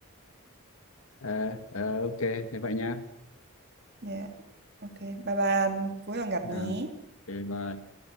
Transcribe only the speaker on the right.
Dạ. Ok. Bye bye anh. Cuối tuần gặp
nhé.